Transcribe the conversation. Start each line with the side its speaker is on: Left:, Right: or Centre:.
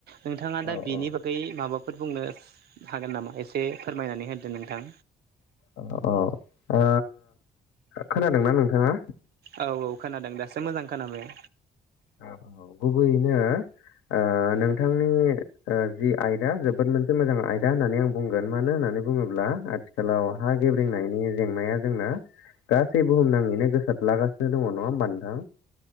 Right: नोंथाङा दा
Left: औ
Right: बेनि
Left: औ
Right: बागै माबाफोर बुंनो हागोन नामा? एसे फोरमायनानै होदो नोंथां।
Left: अ ओ खोनादोंना नोंथाङा?
Right: औ-औ खोनादों दासो मोजां खोनाबाय।
Left: औ-औ गुबैयैनो ओ नोंथांनि ओ जि आयदा जोबोद मोनसे मोजां आयदा होननानै आं बुंगोन मानो होनना नानै बुङोब्ला आथिखालाव हा गेब्रेंनायनि जेंनाया जोंना गासै बुहुमनाङैनो गोसारलागासिनो दङ नङा होमबा नोंथां।